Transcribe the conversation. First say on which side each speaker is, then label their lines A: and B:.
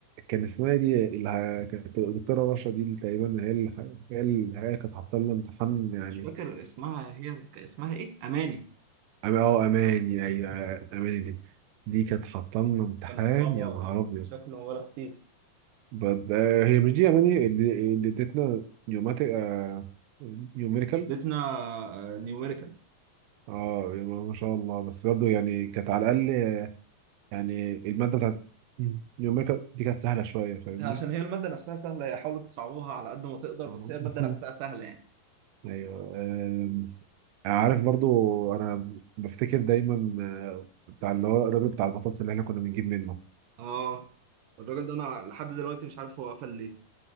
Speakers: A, on the right; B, on the right.
A: كان اسمها إيه دي اللي ه- كانت الدكتوره رشا دي اللي تقريبا هي اللي هي اللي هي كانت حاطه لنا امتحان يعني
B: مش فاكر اسمها هي اسمها ايه أماني
A: أم- اه اماني ايوه اماني دي دي كانت حاطه لنا امتحان
B: كانت صعبة
A: يا نهار
B: يعني
A: ابيض
B: بشكل ولا خفيف
A: بد... آه هي مش دي اماني اللي اللي ادتنا نيوماتيك آه نيوميريكال
B: اديتنا نيوميريكال
A: اه ما شاء الله بس برضه يعني كانت على الاقل يعني الماده بتاعت نيوميريكال دي كانت سهله شويه فاهمني
B: عشان هي المادة نفسها سهلة هي حاولوا تصعبوها على قد ما تقدر
A: آه.
B: بس هي المادة
A: <laughs>
B: نفسها سهلة يعني
A: ايوه آم، عارف برضو انا بفتكر دايما آه، بتاع اللي هو الراجل بتاع البطاطس اللي احنا كنا بنجيب منه
B: اه الراجل ده انا لحد دلوقتي مش عارف هو قفل ليه